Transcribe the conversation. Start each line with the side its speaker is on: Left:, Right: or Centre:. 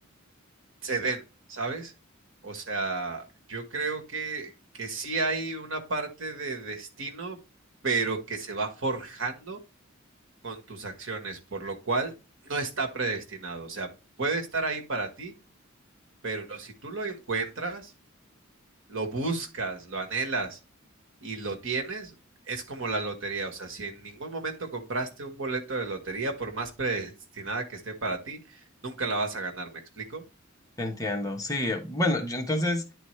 Right: se den, ¿sabes? O sea, yo creo que, que sí hay una parte de destino, pero que se va forjando con tus acciones, por lo cual no está predestinado. O sea, puede estar ahí para ti, pero si tú lo encuentras, lo buscas, lo anhelas y lo tienes, es como la lotería. O sea, si en ningún momento compraste un boleto de lotería, por más predestinada que esté para ti, nunca la vas a ganar, ¿me explico?
Left: Te entiendo. Sí, bueno, yo- entonces